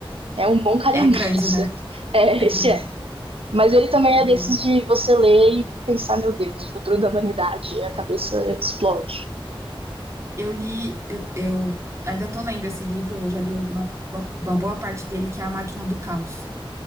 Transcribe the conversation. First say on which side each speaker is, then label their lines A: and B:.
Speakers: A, on the right; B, on the right.
A: É um bom calhamaço.
B: É grande, né?
A: <laughs> É,
B: É
A: esse
B: grande,
A: é. Mas ele também
B: é
A: é
B: grande.
A: desses de você ler e pensar, meu Deus, o futuro da humanidade, e a cabeça explode.
B: Eu li, eu, eu ainda tô lendo esse livro, eu já li uma, bo- uma boa parte dele, que é A Máquina do Caos.